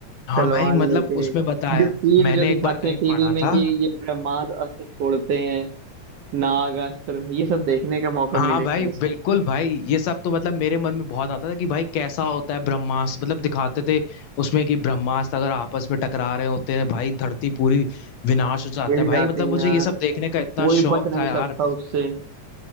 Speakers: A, on the left (about 70°); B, on the right (about 65°).
A: हाँ
B: तलवार
A: भाई मतलब
B: लेके
A: उसमें बताया
B: जो तीर
A: मैंने
B: जो दिखाते
A: एक बार कहीं
B: हैं टीवी
A: पढ़ा
B: में
A: था
B: कि ये ब्रह्मास्त्र अस्त्र छोड़ते हैं नाग अस्त्र ये सब देखने का मौका
A: हाँ
B: मिलेगा
A: भाई बिल्कुल भाई ये सब तो मतलब मेरे मन में बहुत आता था कि भाई कैसा होता है ब्रह्मास्त्र मतलब दिखाते थे उसमें कि ब्रह्मास्त्र अगर आपस में टकरा रहे होते हैं भाई धरती पूरी विनाश हो जाता
B: हिल
A: है भाई
B: जाती
A: मतलब मुझे
B: है
A: ये सब देखने का इतना
B: कोई
A: शौक
B: बच नहीं
A: था यार
B: सकता उससे